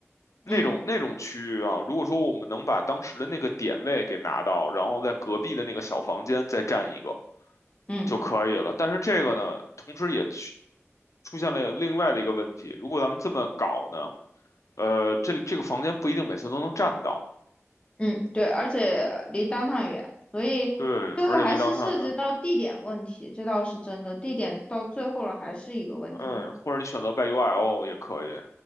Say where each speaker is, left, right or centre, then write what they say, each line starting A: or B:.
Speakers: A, on the left; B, on the left.
A: 那种那种区域啊，
B: 嗯
A: 如果说我们能把当时的那个点位给拿到，然后在隔壁的那个小房间再占一个
B: 嗯
A: 就可以了。但是这个呢，同时也去出现了另外的一个问题，如果咱们这么搞呢，呃，这这个房间不一定每次都能占到，
B: 嗯，对，而且离 d o 远，所以最后还是涉及到地点问题，
A: 对，而且离当汤圆，
B: 这倒是真的，地点到最后了还是一个问题。
A: 嗯，或者你选择 y u I l 也可以。